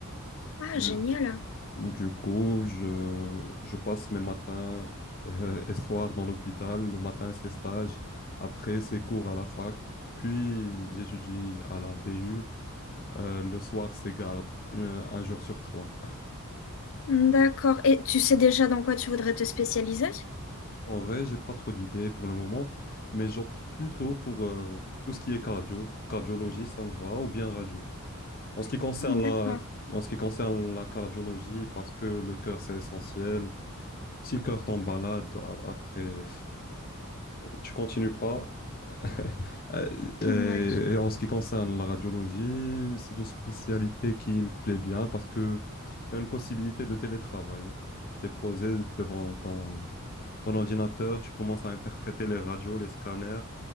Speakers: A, on the left (about 60°); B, on the left (about 40°).
A: Ah,
B: Du,
A: génial.
B: du coup, je, je passe mes matins euh, <laughs> et soirs dans l'hôpital. Le matin, c'est stage. Après, c'est cours à la fac. Puis, j'étudie à la BU. Euh, le soir, c'est garde, euh, un jour sur trois.
A: D'accord. Et tu sais déjà dans quoi tu voudrais te spécialiser?
B: En vrai, j'ai pas trop d'idées pour le moment, mais j'opte plutôt pour euh, tout ce qui est cardio. Cardiologie, ça me va, ou bien radio. En ce qui concerne la,
A: D'accord.
B: en ce qui concerne la cardiologie, parce que le cœur, c'est essentiel. Si le cœur tombe malade, a- après, <laughs> tu continues pas. <laughs> Euh, Et,
A: Ouais.
B: et en ce qui concerne la radiologie, c'est une spécialité qui me plaît bien parce que il y a une possibilité de télétravail. Tu es posé devant ton, ton ordinateur, tu commences à interpréter les radios, les scanners,